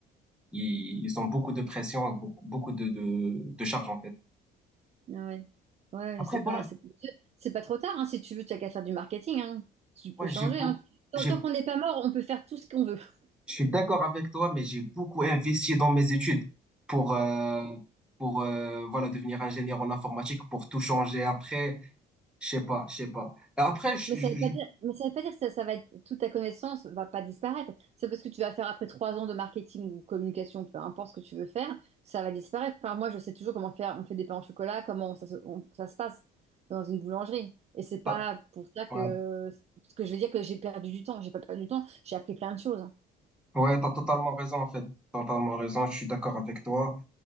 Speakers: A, in the centre; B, on the right.
A: ils, ils ont beaucoup de pression, beaucoup beaucoup de, de, de charge en fait.
B: Ah Ouais, ouais,
A: Après,
B: c'est
A: voilà,
B: pas,
A: je-
B: c'est c'est pas trop tard, hein, si tu veux, tu as qu'à faire du marketing, hein. Tu peux
A: ouais,
B: changer,
A: j'ai beau-
B: hein. Tant,
A: j'ai,
B: tant qu'on n'est pas mort, on peut faire tout ce qu'on veut.
A: je suis d'accord avec toi, mais j'ai beaucoup investi dans mes études pour, euh, pour euh, voilà, devenir ingénieur en informatique, pour tout changer après, je sais pas, je sais pas. Et après,
B: <laughs>
A: je,
B: Mais ça
A: je-
B: veut pas
A: je-
B: dire, mais ça veut pas dire que ça, ça va être, toute ta connaissance va pas disparaître. C'est parce que tu vas faire après trois ans de marketing ou communication, peu importe ce que tu veux faire, ça va disparaître. Enfin, moi, je sais toujours comment faire, on fait des pains au chocolat, comment ça se, on- ça se passe dans une boulangerie. Et c'est pas
A: t'as-
B: pour ça que,
A: ouais,
B: que je vais dire que j'ai perdu du temps. J'ai pas perdu du temps, j'ai appris plein de choses. hein.
A: ouais, t'as totalement raison en fait, T'as totalement raison, je suis d'accord avec toi.